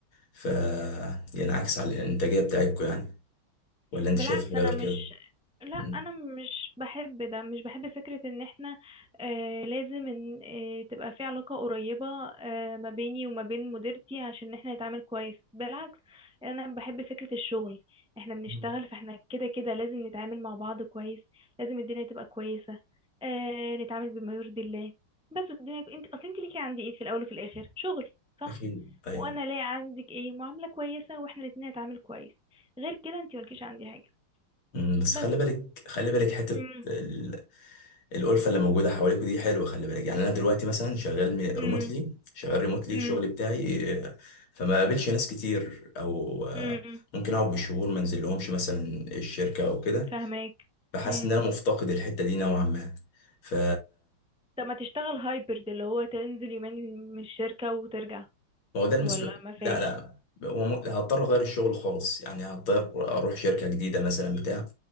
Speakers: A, on the left; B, in the centre.
A: ف ينعكس على الانتاجية بتاعتكم يعني ولا انت
B: بالعكس
A: شايف حاجة
B: انا
A: غير
B: مش
A: كده
B: لا
A: مم.
B: انا مش بحب ده مش بحب فكرة ان احنا آه لازم ان آه تبقى في علاقة قريبة آه ما بيني وما بين مديرتي عشان احنا نتعامل كويس بالعكس انا بحب فكرة الشغل احنا بنشتغل
A: مم.
B: فاحنا كده كده لازم نتعامل مع بعض كويس لازم الدنيا تبقى كويسة آه نتعامل بما يرضي الله بس الدنيا انت اصل انت ليكي عندي ايه في الاول وفي الاخر شغل صح
A: اكيد ايوه
B: وانا ليا عندك ايه معاملة كويسة واحنا الاتنين نتعامل كويس غير كده انت ملكيش عندي حاجة
A: مم، بس
B: بس
A: خلي بالك خلي بالك حتة
B: امم
A: ال- الألفة اللي موجودة حواليكوا دي حلوة خلي بالك يعني انا دلوقتي مثلا شغال
B: امم
A: ريموتلي شغال ريموتلي
B: امم
A: الشغل بتاعي آه، فما قابلش ناس كتير او آه،
B: امم
A: ممكن اقعد بالشهور ما انزل لهمش مثلا الشركة او كده
B: فهماك
A: بحس
B: امم
A: ان انا مفتقد الحته دي نوعا ما ف
B: طب ما تشتغل هايبرد اللي هو تنزل يومين من الشركة وترجع
A: ما هو ده المسلوق
B: ولا ما فيش
A: لا لا هو م- هضطر اغير الشغل خالص يعني هضطر اروح شركه جديده مثلا بتاع